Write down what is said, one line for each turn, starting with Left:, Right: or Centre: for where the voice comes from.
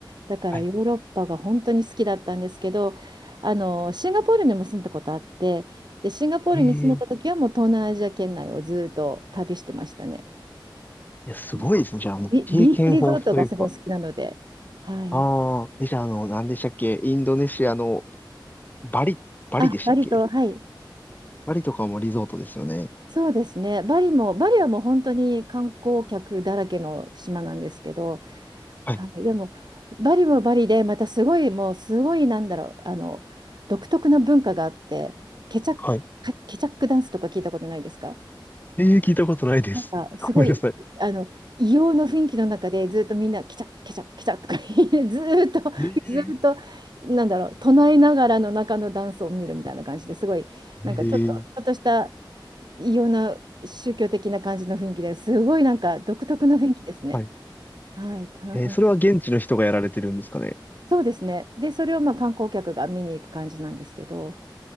Right: だからヨーロッパが本当に好きだったんですけどあのシンガポールにも住んだことあってでシンガポールに住んでた時はもう東南アジア圏内をずっと旅してましたね。
Left: はい。ええいや、すごいですね。
Right: あの
Left: じゃあ、もう経験豊富というか。
Right: ビ、ビーチリゾートがすごい好きなので、はい、
Left: ああ、え、じゃあ、あの、何でしたっけインドネシアのバリ、バリでしたっけ
Right: あバリとはい
Left: バリとかもリゾートですよね。
Right: そうですねバリもバリはもう本当に観光客だらけの島なんですけど
Left: はい。
Right: はい、でもバリもバリでまたすごいもうすごいなんだろうあの独特な文化があってケチャック
Left: はい
Right: ケチャックダンスとか聞いたことないですか
Left: ええ、聞いたことないです。
Right: なんかすごいあの異様な雰囲気の中でずっとみんなケチャッケチャッケチャッとか言い
Left: <laughs> ごめんなさい。
Right: <laughs> ずーっと
Left: ええ、
Right: <laughs> ずーっとなんだろう唱えながらの中のダンスを見るみたいな感じですごいなんかちょっとちょっとした
Left: ええ、
Right: 異様な宗教的な感じの雰囲気ですごいなんか独特の雰囲気ですね。
Left: はい。
Right: はい、たの面白い
Left: えー、それは現地の人がやられてるんですかね。
Right: そうですね。で、それをまあ観光客が見に行く感じなんですけど、